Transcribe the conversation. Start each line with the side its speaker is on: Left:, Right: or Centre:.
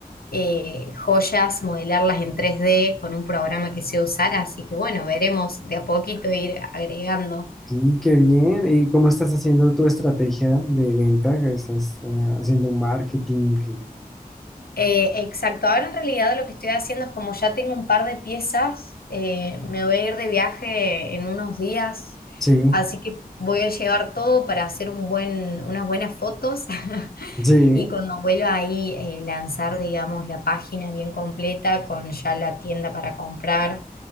Left: eh, joyas, modelarlas en tres d con un programa que sé usar, así que bueno, veremos de a poquito ir agregando.
Centre: Sí, qué bien. ¿Y cómo estás haciendo tu estrategia de venta? ¿Estás eh, haciendo un marketing? que-
Left: Eh, exacto, ahora en realidad lo que estoy haciendo es como ya tengo un par de piezas, eh, me voy a ir de viaje en unos días,
Centre: Sí,
Left: así que voy a llevar todo para hacer un buen, unas buenas fotos <laughs>
Centre: sí,
Left: y cuando vuelva ahí eh, lanzar, digamos, la página bien completa con ya la tienda para comprar